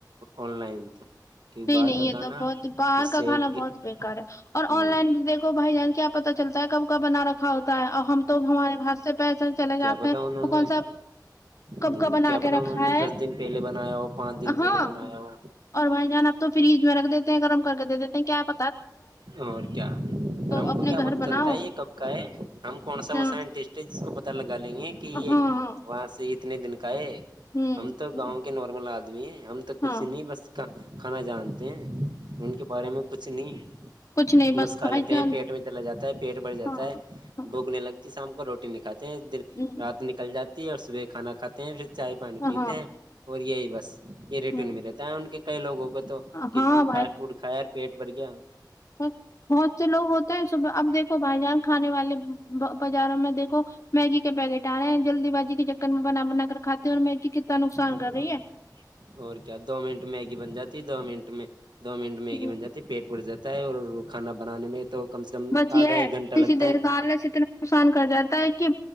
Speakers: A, on the right (about 80°); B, on the left (about 45°).
A: آن لائن تو کہ
B: نہیں
A: باہر
B: نہیں
A: کا
B: یہ
A: کھانا
B: تو بہت باہر
A: یہ
B: کاھانا
A: صحت کی
B: بہت بےیکار ہے اور
A: ہوں
B: آن لائن بھی دیکھو بھائی جان کیا آپ پتا چلتا ہے کب کابنا رکھا ا ہوتا ہے اور ہم تو ہمارے بات سے پہسل چلے
A: کیا
B: جاتے
A: پتا
B: ہیں تو
A: انہوں نے
B: کون سا کب
A: ہ
B: کا بنا
A: کیا
B: کے
A: پتا
B: رکھا
A: انہوں نے
B: ہے
A: دس دن پہلے بنایا ہو پانچ دن
B: ہاں
A: پہلے بنایا ہو
B: اور بھائی جان آپ تو فریج میں رکھ دیتے ہیں گرم کر کے دے دیتے ہیں کیااپ
A: اور کیا اور ہم کو
B: اپنے
A: کیا
B: گھر
A: پت
B: بناؤ
A: چلتا ہے یہ کب کا ہے ہم کون سا
B: ہاں
A: وہ سائنٹسٹ جس کو پتا لگا لیں گے کہ یہ
B: ہاں
A: وہاں سے کتنے دن کا ہے
B: ہوں
A: ہم تو
B: ہوں،
A: گاؤں کے نارمل آدمی ہیں ہم تو کچھ
B: ہاں
A: نہیں بس کھانا جانتے ہیں ان کے بارے میں کچھ نہیں
B: کچھ نہیں
A: بس کھا
B: بھائی
A: لیتے
B: جان
A: ہیں پیٹ میں چلا جاتا ہے پیٹ بڑھ جاتا
B: ہاں
A: ہے
B: ہاں
A: بوکنے لگتی شام کو روٹی نہیں کھاتے ہیں دن
B: ہوں،
A: رات نکل جاتی ہے اور صبح کھانا کھاتے ہیں پھر چائے پانی
B: ہاں
A: پیتے ہیں اور یہی بس یہ ریٹن
B: ہوں،
A: میں رہتا ہے ان کے کئی لوگوں کو تو کتنے
B: ہاں
A: فاسٹ فوڈ کھائےاور پیٹ بر گیا
B: سچ بہت سے لوگ ہوتے ہیں صبح اب دیکھو بھائی جان کھانے والے بازاروں میں دیکھو میگی کے پیکٹ ارہے ہیں جلدی بازی کے چکر میں بنا بنا کر کھاتے ہوں اور میگی کتنا نقصان
A: ہاں
B: کر رہی ہے
A: اور کیا دو منٹ میگی بن جاتی دو منٹ میں دو منٹ
B: ہے
A: میگی بن جاتی پیٹ بڑ جاتا ہے اور کھانا بنانے میں تو کم سے کم
B: بس یہ
A: آدھا
B: ہے
A: ایک گھنٹہ لگتا
B: کسی دیرکالنے
A: ہے
B: سے اتنا نقصان کر جاتا ہے کہ